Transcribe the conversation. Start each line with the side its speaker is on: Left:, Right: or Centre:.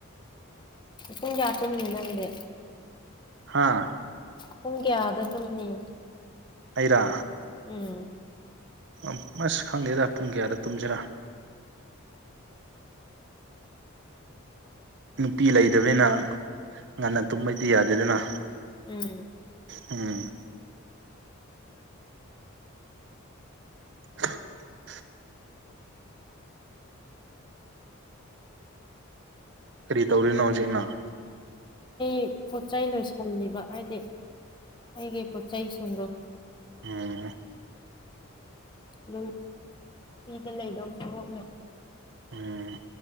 Left: ꯄꯨꯡ ꯀꯌꯥ ꯇꯨꯝꯅꯤ ꯅꯪꯗꯤ
Right: ꯍꯥꯥ
Left: ꯄꯨꯡ ꯀ꯭ꯌꯥꯗ ꯇꯨꯝꯅꯤ
Right: ꯑꯩꯔꯥ
Left: ꯎꯝ
Right: ꯑꯝ ꯃꯁ ꯈꯪꯗꯦꯗ ꯄꯨꯡ ꯀ꯭ꯌꯥꯗ ꯇꯨꯝꯖꯤꯔꯥ ꯅꯨꯄꯤ ꯂꯩꯇꯕꯅꯤꯅ ꯉꯟꯅ ꯇꯨꯝꯕꯩꯗꯤ ꯌꯥꯗꯦꯗꯅ
Left: ꯎꯝ
Right: ꯍꯨꯡ <inaudible> ꯀ꯭ꯔꯤ ꯇꯧꯔꯤꯅꯣ ꯍꯧꯖꯤꯛ ꯅꯪ
Left: ꯑꯩ ꯄꯣꯠꯆꯩ ꯂꯣꯏꯁꯜꯂꯤꯕ ꯍꯥꯏꯗꯤ ꯑꯩꯒꯤ ꯄꯣꯠꯆꯩꯁꯤꯡꯗꯣ
Right: ꯑꯣ
Left: ꯑꯗꯨꯝ ꯐꯤꯗ ꯂꯩꯗꯧ ꯁꯔꯨꯛꯅ
Right: ꯎꯝ